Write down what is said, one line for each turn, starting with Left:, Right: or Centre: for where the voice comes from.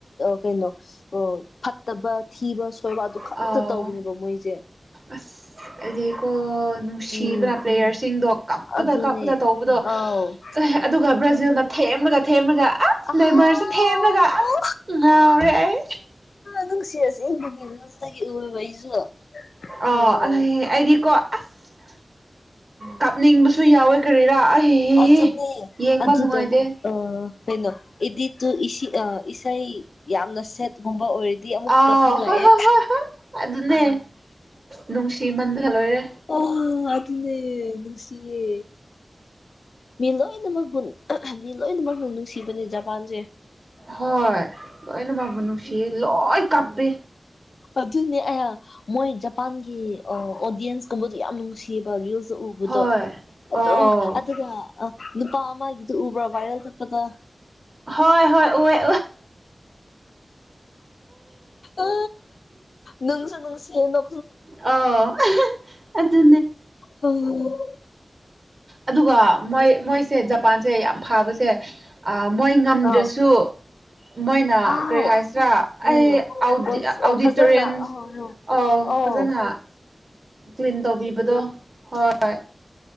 Left: ꯀꯩꯅꯣ ꯐ ꯐꯠꯇꯕ ꯊꯤꯕ ꯁꯣꯏꯕ ꯑꯗꯨ ꯈꯛꯇ
Right: ꯑꯥꯎ
Left: ꯇꯧꯕꯅꯦꯕ ꯃꯣꯏꯁꯦ
Right: ꯑꯁ ꯑꯗꯨꯗꯤ ꯀꯣꯅꯨꯡ ꯅꯨꯡ ꯁꯤꯕꯅ
Left: ꯎꯝ
Right: ꯄ꯭ꯂꯦꯌꯔꯁꯤꯡꯗꯣ ꯀꯞꯄꯗ
Left: ꯑꯗꯨꯅꯦ
Right: ꯀꯞꯄꯗ ꯇꯧꯕꯗꯣ
Left: ꯑꯥꯎ
Right: ꯑꯗꯨꯒ ꯕ꯭ꯔꯖꯤꯜꯅ ꯊꯦꯝꯂꯒ ꯊꯦꯝꯃꯒ ꯑ
Left: ꯑꯥ
Right: ꯅ ꯃꯔꯔꯁꯦ ꯊꯦꯝꯂꯒ ꯉꯥꯎꯔꯦ ꯑꯩ
Left: ꯅꯨꯡꯁꯤꯔꯁ ꯏꯪꯒꯤꯒꯤꯇꯒꯤ ꯑꯣꯏꯑꯕ ꯑꯩꯁꯨ
Right: ꯑ
Left: ꯎꯝ
Right: ꯑꯗꯨ ꯑꯩꯗꯤꯀꯣ ꯑꯁ ꯀꯥꯞꯅꯤꯡꯕꯁꯨ ꯌꯥꯎꯋꯦ ꯀꯔꯤꯔꯥ ꯑꯩ
Left: ꯑꯗꯨꯅꯦ
Right: ꯌꯦꯡꯕ
Left: ꯑꯗꯨꯒ
Right: ꯅꯨꯡꯉꯥꯏꯗꯦ
Left: ꯑ ꯀꯩꯅꯣ ꯏꯗꯤ ꯇꯨ ꯑ ꯏꯁꯩ ꯌꯥꯝ ꯅꯁꯦꯠ ꯒꯨꯝꯕ ꯑꯣꯏꯔꯗꯤ ꯑꯃꯨꯛ
Right: ꯑꯥꯎ
Left: ꯀꯥꯞꯅꯤꯡꯉꯛꯑꯦ
Right: ꯍꯣꯏ ꯍꯣꯏ ꯍꯣꯏ ꯍꯣꯏ ꯑꯗꯨꯅꯦ ꯅꯨꯡꯁꯤ ꯃꯟꯊ ꯂꯣꯏꯔꯦ
Left: ꯑꯣ ꯑꯗꯨꯅ ꯁꯤꯦ ꯃꯤ ꯂꯣꯏꯅꯃꯛꯄꯨ ꯃꯤ ꯂꯣꯏꯅꯃꯛꯕꯨ ꯅꯨꯡꯁꯤꯕꯅꯦ ꯖꯄꯥꯟꯁꯦ
Right: ꯍꯣꯏ ꯂꯣꯏꯅꯕꯕꯨ ꯅꯨꯡꯁꯤꯌꯦ ꯂꯣꯏ ꯀꯥꯞꯄꯦ
Left: ꯑꯗꯨꯅꯦ ꯑ ꯃꯣꯏ ꯖꯄꯥꯟꯒꯤ ꯑꯣꯗꯤꯌꯦꯟꯁꯀꯨꯝꯕ ꯌꯥꯝ ꯅꯨꯡꯁꯤꯌꯦꯕ ꯔꯤꯜꯁ ꯎꯕꯗꯣ
Right: ꯍꯣꯏ
Left: ꯑꯗꯨꯝ
Right: ꯑꯣ
Left: ꯑꯗꯨꯒ ꯑ ꯅꯨꯄꯥ ꯑꯃꯒꯤꯗꯨ ꯎꯕ꯭ꯔꯥ ꯚꯥꯏꯔꯦꯜ ꯆꯠꯄꯗ
Right: ꯍꯣꯏ ꯍꯣꯏ ꯎꯋꯦꯦ
Left: ꯎ ꯅꯪꯁꯨ ꯅꯅꯨꯡꯁꯤ ꯅ
Right: ꯑꯣ ꯑꯗꯨ
Left: ꯎꯝ
Right: ꯑꯗꯨꯒ ꯃꯣꯏ ꯃꯣꯏꯁꯦ ꯖꯄꯥꯟꯁꯦ ꯌꯥꯝ ꯐꯥꯕꯁꯦ ꯃꯣꯏ ꯉꯝꯗ꯭ꯔꯁꯨ
Left: ꯑ
Right: ꯃꯣꯏꯅ
Left: ꯑꯥꯎ
Right: ꯀꯔꯤ ꯍꯥꯏꯁꯤꯔꯥ
Left: ꯎꯝ
Right: ꯑꯩ
Left: ꯑꯣ
Right: ꯑꯗꯤꯇꯣꯔꯤꯌꯝ
Left: ꯐꯖꯅ ꯑꯍꯣꯏ ꯍꯣꯏ
Right: ꯑꯥꯎ
Left: ꯑꯧ
Right: ꯐꯖꯅ ꯀ꯭ꯂꯤꯟ ꯇꯧꯕꯤꯕꯗꯣ ꯍꯣꯏ